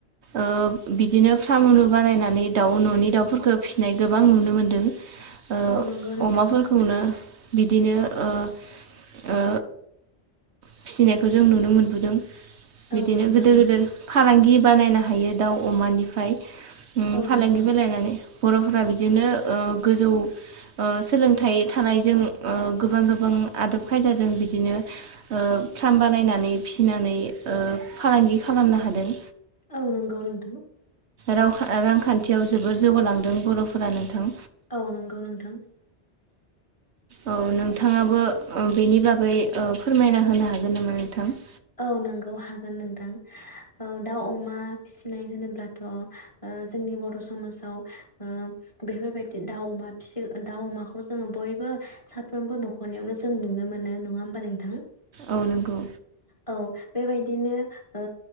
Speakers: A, on the right; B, on the left.
A: ओ बिदिनो फ्रामलु बानायनानै दाउ ननि दाउ। खौ फिसिनाय गोबां नुनो मोन्दों। ओ
B: औ नंगौ नोंथां
A: अमाफोरखौनो बिदिनो ओ ओ फिसिनायखौ जों नुनो मोनबोदों। बिदिनो
B: औ नंगौ
A: गोदोर
B: नोंथां
A: गोदोर फालांगि बानायनो हायो दाउ अमानिफ्राय उम
B: औ
A: फालांगि
B: नंगौ
A: फलायनानै। बरफोरा बिदिनो ओ गोजौ ओ सोलोंथाइ थानायजों ओ गोबां गोबां आदब खायदाजों बिदिनो ओ फार्म बानायनानै फिसिनानै फालांगि ओ खालामनो हादों।
B: औ नंगौ नोंथां।
A: राव रांखान्थियाव जोबोर जौगालांदों बरफोरा नोंथां
B: औ नंगौ नोंथां।
A: औ नोंथाङाबो ओ बेनि बागै ओ फोरमायना होनो हागोन नामा नोंथां।
B: औ नंगौ हागोन नोंथां औ दाउ अमा फिनाय होनोब्लाथ' ओ जोंनि बर' समाजाव ओ बेफोरबायदि दाउ अमा फिसि दाउ अमाखौ जोङो बयबो साफ्रोमबो नखरनियावनो जों नुनो मोनो नङा होमबा नोंथां।
A: औ नंगौ
B: औ बेबायदिनो ओ